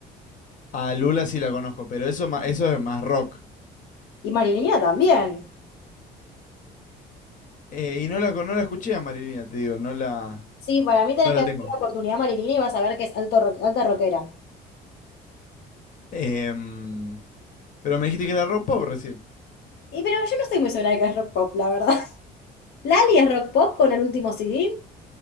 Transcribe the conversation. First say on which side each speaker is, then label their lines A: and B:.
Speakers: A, on the left; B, on the left.
A: A Lula sí la conozco, pero eso, ma- eso es más rock.
B: Y Marilina también.
A: Eh, y no la, con- no la escuché a Marilina, te digo, no la,
B: Sí, para mí tenés
A: no la
B: que darle
A: tengo.
B: la oportunidad a Marilina y vas a ver que es alto rock- alta rockera.
A: Em, pero me dijiste que era rock pop recién.
B: Y pero yo no estoy muy segura de que es rock pop, la verdad. Lali es rock pop con el último CD,